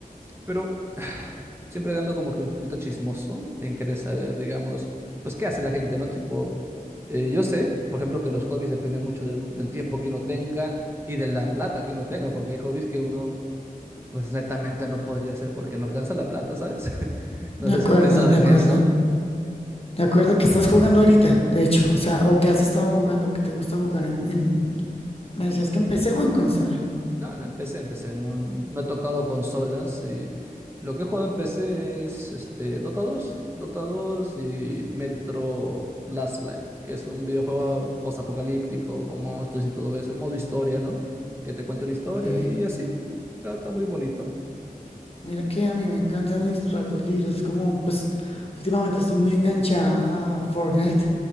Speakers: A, on the right (about 15°); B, on the left (about 40°).
A: Pero <sighs> siempre ando como que un poquito chismoso en querer saber, digamos, pues qué hace la gente, ¿no? Tipo, eh, yo sé, por ejemplo, que los hobbies dependen mucho de un- del tiempo que uno tenga y de la plata que uno tenga, porque hay hobbies que uno, pues netamente no podría hacer porque no alcanza la plata, ¿sabes? <laughs> No
B: De
A: sé
B: acuerdo,
A: si has pensado
B: de
A: en
B: acuerdo.
A: eso.
B: De acuerdo que estás jugando ahorita, de hecho. O sea, o que has estado jugando, que te gusta jugar en, en... Me decías que en PC o en consola.
A: No, no, empecé, empecé, no, no he tocado consolas y lo que he jugado en PC es este, Dota 2, Dota 2 y Metro Last Light, que es un videojuego posapocalíptico con monstruos y todo eso, en modo historia, ¿no? Que te cuenta una historia
B: Ok.
A: y así, está, está muy bonito.
B: Mira que a mí me encantan mis ratos libres, como pues últimamente estoy muy enganchada a Fortnite.